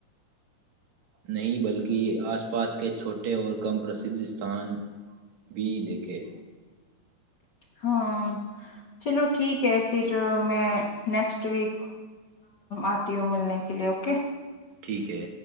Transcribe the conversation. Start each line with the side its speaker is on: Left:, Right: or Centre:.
Right: نہیں بلکہ آس پاس کے چھوٹے اور کم پرسھ استان بھی دیکھے
Left: ہاں چلو ٹھیک ہے پھر میں نیکسٹ ویک آتی ہوں ملنے کے لیے اوکے
Right: ٹھیک ہے